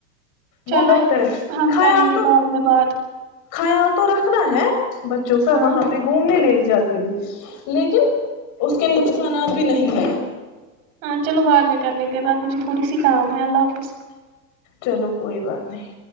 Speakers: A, on the right; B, on the left.
A: چلو
B: وہ بہتر ہے
A: ہم
B: خیال
A: کریں گے
B: تو
A: بعد میں بعات
B: خیال تو رکھنا ہے بچوں کا
A: ہاں
B: وہاں پہ گھومنے لے ج جا کے بھی لیکن اس کے نقصانات بھی نہیں ہیں
A: ہاں چلو بعد میں کر لیتے بعد مجھے تھوڑی سی کام ہے اللہ حافظ
B: چلو کوئی بات نہیں